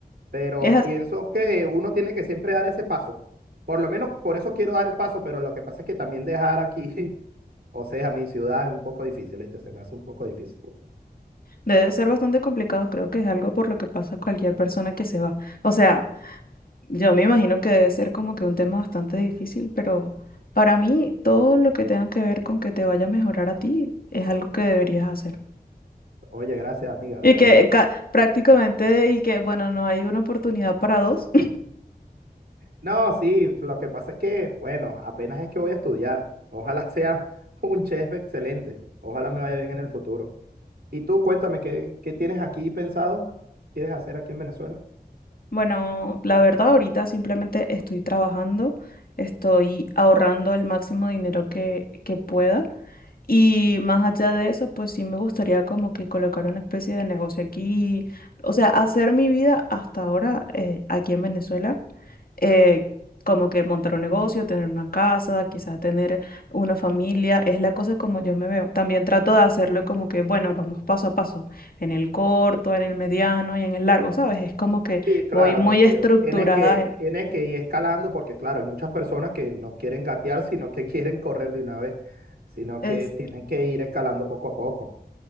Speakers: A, on the right; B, on the left.
A: Pero
B: Es, as-
A: pienso que uno tiene que siempre dar ese paso. Por lo menos por eso quiero dar el paso, pero lo que pasa es que también dejar aquí, <laughs> o sea, mi ciudad es un poco difícil, ¿viste? Se me hace un poco difícil.
B: debe ser bastante complicado, creo que es algo por lo que pasa cualquier persona que se va. O sea, yo me imagino que debe ser como que un tema bastante difícil, pero para mí todo lo que tenga que ver con que te vaya a mejorar a ti es algo que deberías hacer.
A: Oye, gracias, amiga,
B: Y
A: de verdad.
B: que ca- prácticamente, y que bueno, no hay una oportunidad para dos,
A: No, sí, lo que pasa es que, bueno, apenas es que voy a estudiar. Ojalá <laughs> sea un chef excelente. Ojalá me vaya bien en el futuro. Y tú, cuéntame, ¿qué, qué tienes aquí pensado? ¿Quieres hacer aquí en Venezuela?
B: Bueno, la verdad, ahorita simplemente estoy trabajando, estoy ahorrando el máximo dinero que, que pueda y más allá de eso, pues sí me gustaría como que colocar una especie de negocio aquí, o sea, hacer mi vida hasta ahora eh, aquí en Venezuela, eh, como que montar un negocio, tener una casa, quizás tener una familia, es la cosa como yo me veo. También trato de hacerlo como que, bueno, vamos paso a paso, en el corto, en el mediano y en el largo, ¿sabes? Es como que
A: Sí, claro,
B: voy muy
A: porque
B: estructurada
A: tienes que,
B: en...
A: tienes que ir escalando, porque claro, hay muchas personas que no quieren gatear, sino que <laughs> quieren correr de una vez, sino
B: Es-
A: que tienen que ir escalando poco a poco.